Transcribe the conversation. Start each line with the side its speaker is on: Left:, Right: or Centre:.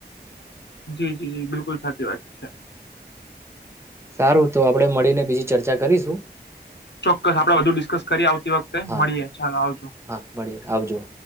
Left: જી જી જી બિલકુલ સાચી વાત છે
Right: સારું તો આપણે મળીને બીજી ચર્ચા કરીશું
Left: ચોક્કસ આપડે વધુ ડિસ્કસ કરીએ આવતી વખતે
Right: હા
Left: મળીએ ચાલો આવજો
Right: હા મળીએ આવજો.